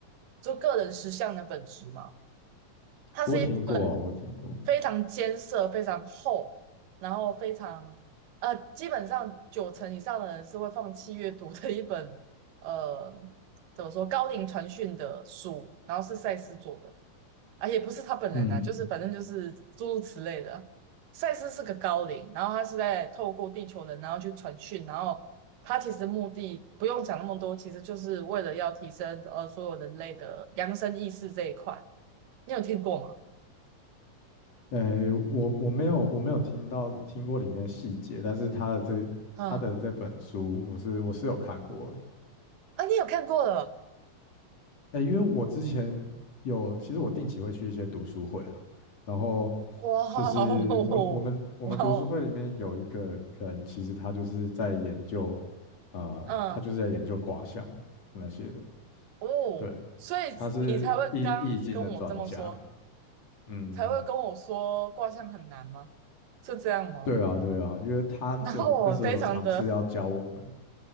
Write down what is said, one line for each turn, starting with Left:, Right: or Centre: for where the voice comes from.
Right: 就个人实相的本质吗？它是一本
Left: 我有听过啊，我有听过。
Right: 非常艰涩、非常厚，然后非常呃，基本上九成以上的人是会放弃阅读的一本呃，怎么说高龄传讯的书，然后是赛斯做的，啊，也不是他本人啊，
Left: 嗯，
Right: 就是反正就是诸如此类的。赛斯是个高龄，然后他是在透过地球人，然后去传讯，然后他其实目的不用讲那么多，其实就是为了要提升呃所有人类的扬升意识这一块。你有听过吗？
Left: 呃，我我没有我没有听到听过里面细节，但是他的这他的这本书，
Right: 嗯，
Left: 我是我是有看过的。
Right: 啊，你有看过了？
Left: 呃，因为我之前有，其实我定期会去一些读书会啊，然后
Right: 哇
Left: 就是我我们我们读书会里面有一个人，
Right: 哦，哇哦，
Left: 其实他就是在研究，啊、
Right: 嗯，
Left: 他就是在研究卦象那些的。
Right: 哦，
Left: 对，
Right: 所以你才会刚跟我这么说，
Left: 他是易易经的专家，嗯，
Right: 才会跟我说卦象很难吗？是这样吗？
Left: 对啊，对啊，因为他就那时候有尝试要教我们，
Right: 然后我非常的，